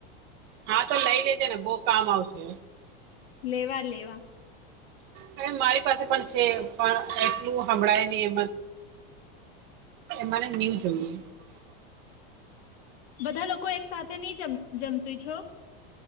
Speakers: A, on the right (about 35°); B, on the left (about 80°).
A: હા તો લઈ લેજે ને બહું કામ આવશે
B: લેવા લેવા
A: હ મારી પાસે પણ છે પણ એટલું હમળાય લે એ નવ જોઈએ
B: બધા લોકો એક સાથે નહી જમત છો